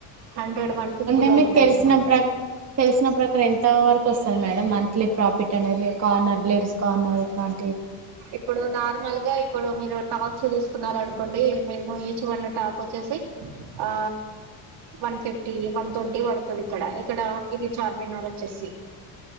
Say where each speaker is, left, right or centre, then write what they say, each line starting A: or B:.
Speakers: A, on the right; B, on the right.
A: హండ్రెడ్ వన్ ఫిఫ్టీ
B: అంటే
A: లో
B: మీకు
A: ఉంటాయి
B: తెలిసిన ప్ర తెలిసిన ప్రకారం ఎంత వరకు వస్తది మేడం మంత్లీ ప్రాఫిట్ అనేది కార్నర్ లేడీస్ కార్నర్ ఇట్లాం
A: ఇప్పుడు నార్మల్ గా ఇప్పుడు మీరు టాప్స్ తీసుకున్నారు అనుకోండి మేము ఈచ్ వన్ టాప్ వచ్చేసి ఆ వన్ ఫిఫ్టీ వన్ ట్వంటీ పడుతది ఇక్కడ ఇక్కడ ఇది చార్మినార్ వచ్చేసి